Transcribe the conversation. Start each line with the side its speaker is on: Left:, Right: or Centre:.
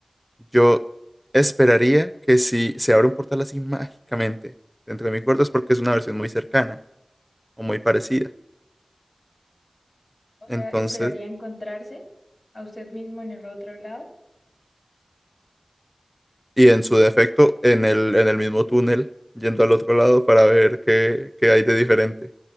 Centre: Yo esperaría que si se abre un portal así mágicamente dentro de mi cuarto es porque es una versión muy cercana o muy parecida.
Left: O sea,
Centre: Entonces,
Left: esperaría encontrarse a usted mismo en el otro lado.
Centre: y en su defecto, en el, en el mismo túnel, yendo al otro lado para ver qué, qué hay de diferente